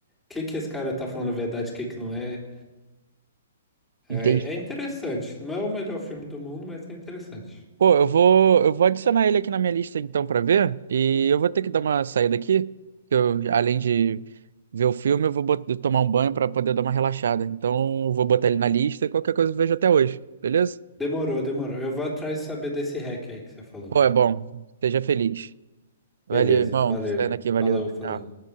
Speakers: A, in the centre; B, on the right (about 65°).
A: que que esse cara tá falando a verdade, o que que não é. É,
B: Entendi.
A: é interessante. Não é o melhor filme do mundo, mas é interessante.
B: Pô, eu vou, eu vou adicionar ele aqui na minha lista então pra ver. E eu vou ter que dar uma saída aqui. que Eu, além de ver o filme, eu vou bot- tomar um banho pra poder dar uma relaxada. Então, eu vou botar ele na lista e qualquer coisa eu vejo até hoje. Beleza?
A: Demorou, demorou. Eu vou atrás de saber desse hack aí que você falou.
B: Pô, é bom. Esteja feliz. Valeu,
A: Beleza,
B: irmão.
A: valeu.
B: Saindo aqui, valeu.
A: Falou, falou.
B: Tchau.